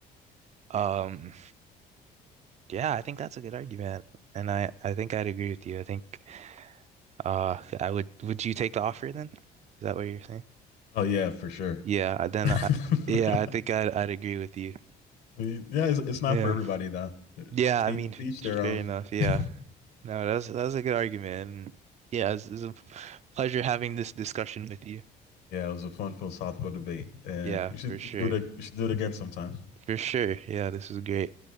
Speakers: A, on the right; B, on the left.
A: Um, yeah, I think that's a good argument, and I I think I'd agree with you. I think uh, I would. Would you take the offer then? Is that what you're saying?
B: Oh yeah, for sure.
A: Yeah,
B: <laughs>
A: I- then
B: I
A: I, yeah, I think I'd I'd agree with you.
B: mean, yeah, it's, it's not
A: Yeah.
B: for everybody though.
A: Yeah, I
B: To
A: mean,
B: each their own.
A: fair enough.
B: <laughs>
A: Yeah.
B: yeah,
A: No, that's that's a good argument. and Yeah, it's, it's a p- pleasure having this discussion with you.
B: it was a fun philosophical debate, and
A: Yeah,
B: we
A: for
B: should
A: sure.
B: go to we should do it again sometime.
A: For sure. Yeah, this is great.